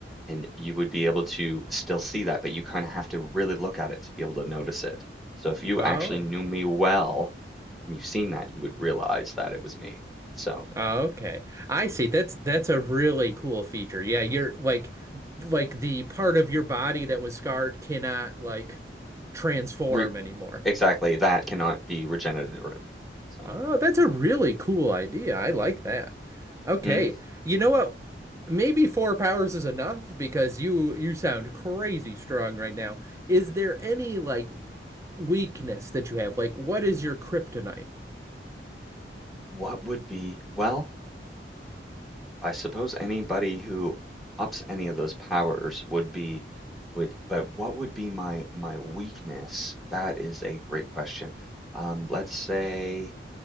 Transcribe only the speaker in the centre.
and you would be able to still see that, but you kind of have to really look at it to be able to notice it. So if you
actually knew me well and you've seen that, you would realize that it was me. So
Re-
exactly, that cannot be regenerative. So,
mm,
what would be, well, I suppose anybody who ups any of those powers would be would but what would be my my weakness? That is a great question. Um, let's say